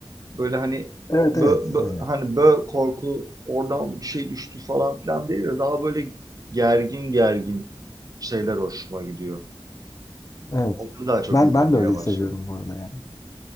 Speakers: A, on the right; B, on the left.
A: böyle hani
B: Evet
A: bö,
B: evet
A: bö-
B: aynen.
A: hani bö korku oradan bir şey düştü falan filan değil de daha böyle gergin gergin şeyler hoşuma gidiyor.
B: Evet.
A: Onları daha çok
B: Ben
A: izlemeye
B: ben de öyle
A: başladım.
B: seviyorum bu arada yani.